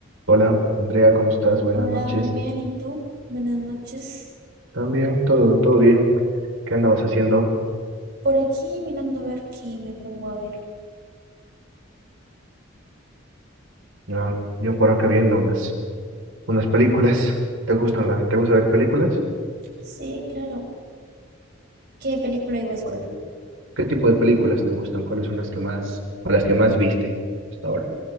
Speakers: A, on the right; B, on the right.
A: Hola, Andrea, ¿cómo estás? Buenas
B: Hola,
A: noches.
B: muy bien. ¿Y tú? Buenas noches.
A: También, todo, todo bien. ¿Qué andabas haciendo?
B: Por aquí mirando a ver qué me pongo a ver.
A: Ah, yo por acá viendo unas, unas películas. ¿Te gustan las, te gusta ver películas?
B: Sí, claro. ¿Qué película ibas
A: Sí.
B: a ver?
A: ¿Qué tipo de películas te gustan? ¿Cuáles son las que más, o las que más viste hasta ahora?